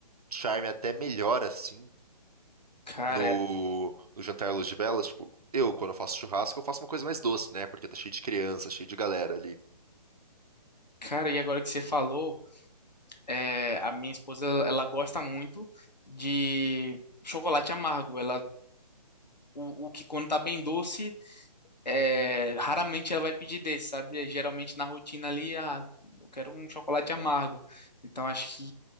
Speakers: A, on the right; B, on the left.
A: charme até melhor assim?
B: cara,
A: no, no jantar à luz de velas, tipo, eu, quando eu faço churrasco, eu faço uma coisa mais doce, né? Porque tá cheio de criança, cheio de galera ali.
B: cara, e agora que você falou, é, a minha esposa, ela ela gosta muito de chocolate amargo. Ela o, o que quando tá bem doce, é, raramente ela vai pedir desse, sabe? Geralmente na rotina ali, ah, eu quero um chocolate amargo. Então acho que,